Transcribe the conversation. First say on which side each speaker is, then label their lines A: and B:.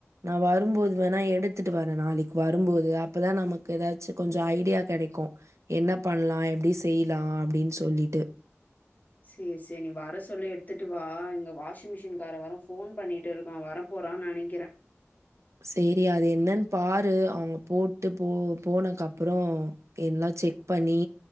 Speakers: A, on the right; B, on the left.
A: நான் வரும்போது வேணா எடுத்துட்டு வரேன் நாளைக்கு வரும்போது அப்பதான் நமக்கு ஏதாச்சும் கொஞ்சம் ஐடியா கிடைக்கும் என்ன பண்ணலாம் எப்படி செய்யலாம் அப்படின்னு சொல்லிட்டு
B: சரி, சரி. நீ வர சொல்லு எடுத்துட்டு வா. இங்க வாஷிங் மிஷின கார வேர போன் பண்ணிட்டு இருக்கான் வரப்போறான்னு நினைக்கிறேன்
A: சரி அது என்னன்னு பாரு அவங்க போட்டு போ போனக்கு அப்புறம் எல்லாம் செக் பண்ணி